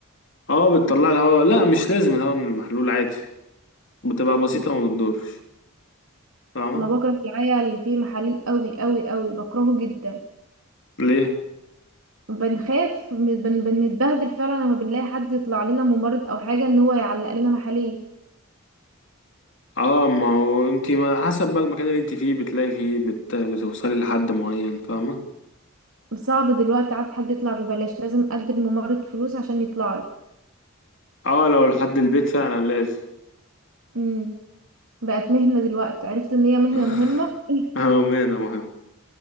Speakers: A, on the left; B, on the right.
A: اه بتطلع الهواء لا مش لازم الهواء من المحلول عادي بتبقى بسيطة
B: مم.
A: وما بتدورش فاهمة
B: انا بكره العيا اللي فيه محاليل قوي قوي قوي بكرهه جدا
A: ليه
B: بنخاف من- بن بنتبهدل فعلا لما بنلاقي حد يطلع لنا ممرض او حاجه ان هو يعلق لنا محاليل
A: اه ما هو انت ما حسب بقى المكان اللي انت فيه بتلاقي فيه بت... بتوصلي لحد معين فاهمة
B: صعب دلوقتي عاد حد يطلع ببلاش لازم ادي الممرض فلوس عشان يطلع لي
A: اه لو لحد البيت فعلا لازم
B: امم بقت مهنه دلوقتي عرفت ان هي مهنه
A: <laughs>
B: مهمه <laughs>
A: اهو مهنة مهم